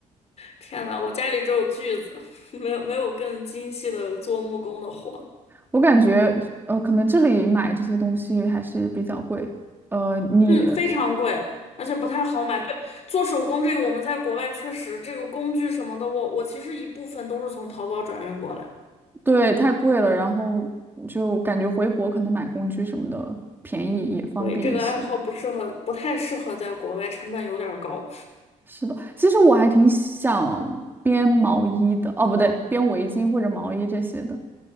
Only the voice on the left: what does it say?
天呐，我家里只有锯子，<laughs> 没有没有更精细的做木工的活。
嗯，
非常贵，而且不太好买。对，做手工这个我们在国外确实这个工具什么的，我我其实一部分都是从淘宝转运过来。
对，这个爱好不适合，不太适合在国外，成本有点儿高。